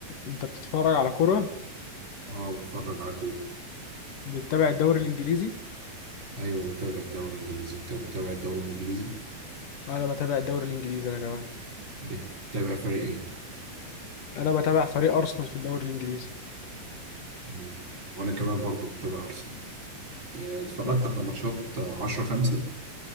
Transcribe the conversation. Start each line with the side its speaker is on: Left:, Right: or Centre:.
Left: انت بتتفرج على كرة
Right: اه بتفرج على كورة
Left: بتتابع الدوري الانجليزي
Right: ايوه بتابع الدوري الانجليزي انت بتتابع الدوري الانجليزي
Left: انا بتابع الدوري الانجليزي انا كمان
Right: بتتابع فريق ايه
Left: انا بتابع فريق ارسنال في الدوري الانجليزي
Right: مم. وانا كمان برضه بتابع ارسنال آه، اتفرجت
Left: لا
Right: على ماتشات 10 5